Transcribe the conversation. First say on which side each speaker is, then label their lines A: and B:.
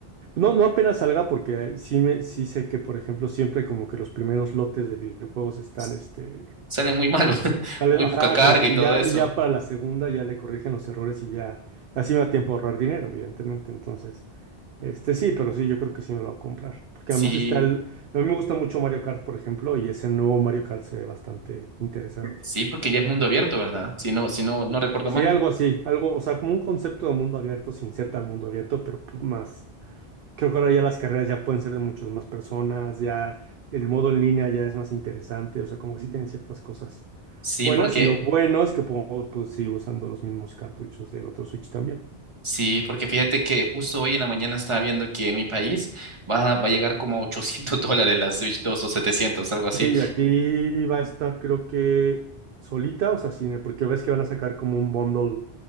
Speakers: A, on the right; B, on the right.
A: No, no apenas salga porque sí, me, sí sé que, por ejemplo, siempre como que los primeros lotes de videojuegos están,
B: S-
A: este,
B: Salen muy mal, <laughs>
A: Tal vez,
B: muy
A: Ajá,
B: poca carga
A: como que
B: y todo
A: ya,
B: eso.
A: ya para la segunda ya le corrigen los errores y ya así me da tiempo a ahorrar dinero, evidentemente. Entonces, este sí, pero sí, yo creo que sí me lo voy a comprar. Porque
B: Sí,
A: además está el... A mí me gusta mucho Mario Kart, por ejemplo, y ese nuevo Mario Kart se ve bastante interesante.
B: sí, porque ya es mundo abierto, ¿verdad? Si no, si no, no recuerdo
A: Sí,
B: mal.
A: algo así, algo, o sea, como un concepto de mundo abierto sin ser tan mundo abierto, pero pues, más. Creo que ahora ya las carreras ya pueden ser de muchas más personas, ya el modo en línea ya es más interesante, o sea, como que sí tienen ciertas cosas
B: Sí,
A: buenas
B: porque
A: y lo bueno es que puedo pues, seguir usando los mismos cartuchos del otro Switch también.
B: Sí, porque fíjate que justo hoy en la mañana estaba viendo que en mi país va, va a llegar como a 800 <laughs> dólares la Switch 2 o 700 algo así,
A: Y aquí va a estar creo que solita, o sea, sí, porque ves que van a sacar como un bundle